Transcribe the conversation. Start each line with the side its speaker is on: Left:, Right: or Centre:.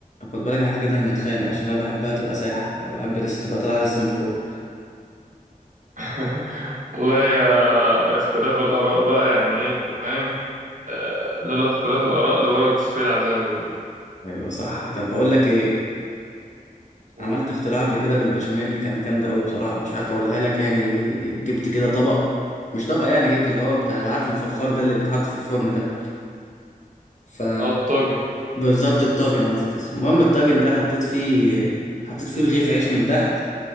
Left: خد بالك احنا كده هنتخانق عشان انا بحبها تبقى سايحة بحب لسه تبقى طالعة لسه من الفرن
Right: <laughs> والله يا اختلاف الآراء بقى يعني إيه أنت فاهم آه، لولا اختلاف الآراء لبارت السلع زي ما بيقولوا
Left: ايوه صح طب بقول لك ايه
Right: و-
Left: عملت اختراع قبل كده بالبشاميل اللي كانت جامدة قوي بصراحة مش عارف اقولها لك يعني جبت كده طبق مش طبق يعني جبت اللي هو بتاع عارف الفخار ده اللي بيتحط في الفرن ده ف
Right: اه الطاجن
Left: بالظبط الطاجن انا نسيت اسمه المهم الطاجن ده حطيت فيه حطيت فيه رغيف عيش من تحت